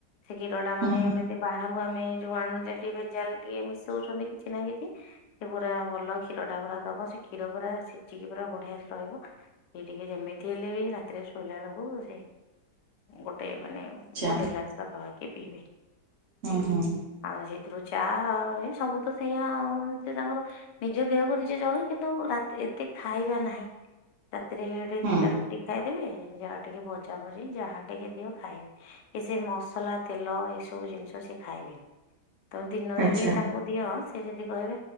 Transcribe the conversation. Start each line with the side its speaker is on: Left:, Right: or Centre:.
Left: ସେ କ୍ଷୀରଟା ମାନେ
Right: ହୁଁ ହୁଁ
Left: ମ ଏ ବାହାରୁ ଆମେ ଯୋଉ ଆଣୁଚେ ଟିକେ ଭେଜାଲ ଟିକେ ମିଶଉଛନ୍ତି କିଛି ନା କିଛି ସେ ପୁରା ଭଲ କ୍ଷୀରଟା ପୁରା ଦବ ସେ କ୍ଷୀର ପୁରା ସିଝିକି ପୁରା ବଢିଆ ସେ ରହିବ ଇଏ ଟିକେ ଯେମିତି ହେଲେ ବି ରାତିରେ ଶୋଇଲା ବେଳକୁ ସେ ଗୋଟେ ମାନେ
Right: ଆଚ୍ଛା
Left: ଗୋଟେ ଗ୍ଲାସ ପାଖାପାଖୀ ପିଇବେ
Right: ହୁଁ
Left: ପିଇବେ
Right: ହୁଁ
Left: ଆଉ ସେଥିରୁ ଚା ହୁଏ ସବୁ ତ ସେଇଆ ସେ ତାଙ୍କର ନିଜ ଦେହକୁ ନିଜେ ଜଗନ୍ତି କିନ୍ତୁ ରାତି ଏତେ ଖାଇବା ନାହିଁ ରାତିରେ ଗୋଟେ
Right: ହୁଁ
Left: ଦିଟା ରୁ ଟି ଖାଇଦେବେ ଯାହା ଟିକେ ଭଜା ଭଜି ଯାହା ଟିକେ ଦିଅ ଖାଇବେ କି ସେ ମସଲା ତେଲ ଏ ସବୁ ଜିନଷ ସିଏ ଖାଇବେନି। ତମେ ଦିନରେ
Right: ଆଚ୍ଛା
Left: ବି ତାଙ୍କୁ ଦିଅ ସେ ଯଦି କହିବେ